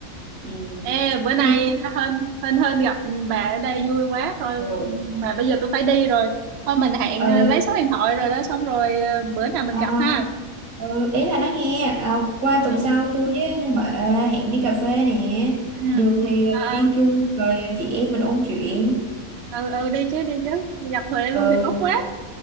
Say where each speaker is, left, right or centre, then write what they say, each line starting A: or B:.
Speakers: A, on the right; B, on the right.
A: Ừ.
B: ê bữa nay
A: Hơn
B: hên hên hên gặp bà ở đây vui quá thôi
A: ừ.
B: mà bây giờ tôi phải đi rồi thôi mình hẹn
A: Ừ.
B: ờ, lấy số điện thoại rồi đó xong rồi ờ, bữa nào mình
A: Ờ,
B: gặp ha
A: ừ, ý là nói nghe ờ, qua
B: ừ
A: tuần sau tôi với Huệ hẹn đi cà phê nè
B: ừ
A: được thì
B: Ờ,
A: bà
B: ờ.
A: đi chung rồi chị em mình ôn chuyện
B: ừ ừ đi chứ đi chứ nhập Huệ luôn
A: ừ,
B: thì tốt quá